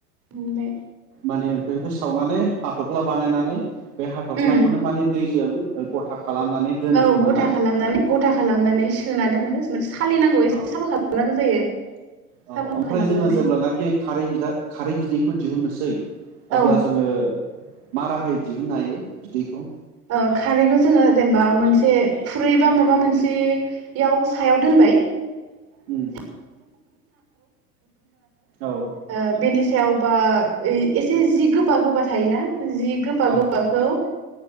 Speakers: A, on the right (about 30°); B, on the right (about 50°).
A: उम दे।
B: माने ओमफ्राय बेखौ सावनानै हाथ'फ्ला बानायनानै बे हाथ'फ्लाखौनो
A: उम
B: माने दैजों ओ गथा खालामनानै दोनो
A: औ
B: खोमा
A: गथा
B: ना
A: खालामनानै गथा खालामनानै सोना दोनो। मोनसे सालिनांगौ एसे
B: औ
A: साफा खालामनांगो जायो।
B: औ
A: साफा
B: ओमफ्राय
A: खालामनानै
B: जोङो जेब्लानाखि खारै बिदा खारै बिदैखौ दिहुननोसै
A: औ
B: अब्ला जोङो मा राहायै दिहुननो हायो बिदैखौ?
A: अ खारैखो जोङो जेनेबा मोनसे खुरैबा माबा मोनसेयाव सायाव दोनबाय।
B: उम
A: <inaudible>
B: औ
A: बेनि सायावबा एसे ऐ जि गोबा गोबा थायोना जि गोबा
B: औ
A: गोबाखौ ओ